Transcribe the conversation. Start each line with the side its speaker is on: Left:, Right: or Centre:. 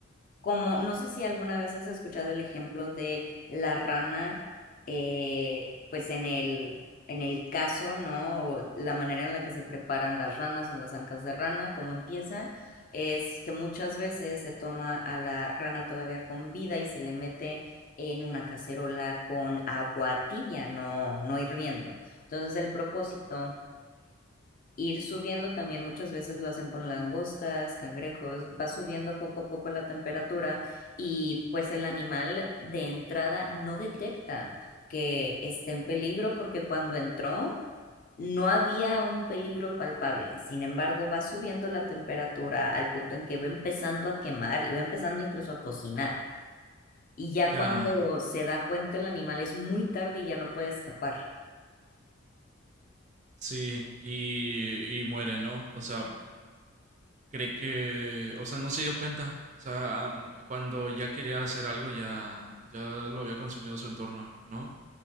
Left: Como, no sé si alguna vez has escuchado el ejemplo de la rana, eh, pues en el, en el caso, ¿no? O la manera en la que se preparan las ranas o las ancas de rana, cómo empieza, es que muchas veces se toma a la rana todavía con vida y se le mete en una cacerola con agua tibia, no, no hirviendo. Entonces el propósito ir subiendo también muchas veces lo hacen con langostas, cangrejos, va subiendo poco a poco la temperatura y pues el animal de entrada no detecta que esté en peligro porque cuando entró no había un peligro palpable. Sin embargo, va subiendo la temperatura al punto en que va empezando a quemar y va empezando incluso a cocinar. Y ya
Right: Ya,
Left: cuando se da cuenta el animal es muy tarde y ya no puede escapar.
Right: sí, y, y muere, ¿no? O sea, cree que, o sea, no se dio cuenta, o sea, am- cuando ya quería hacer algo ya, ya lo había consumido su entorno, ¿no?